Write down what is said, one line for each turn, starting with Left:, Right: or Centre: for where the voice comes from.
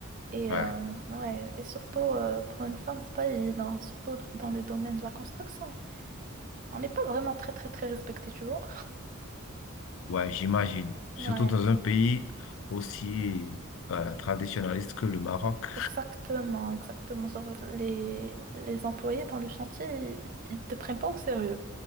Right: Et,
Left: Ouais.
Right: euh, ouais, et surtout, euh, pour une femme, c'est pas évident, surtout d- dans le domaine de la construction. On n'est pas vraiment très, très, très respecté, tu vois.
Left: Ouais, j'imagine. Surtout
Right: Ouais.
Left: dans un pays aussi euh, traditionnaliste que le Maroc.
Right: Exactement, exactement. Genre, les, les employés dans le chantier, ils, ils te prennent pas au sérieux.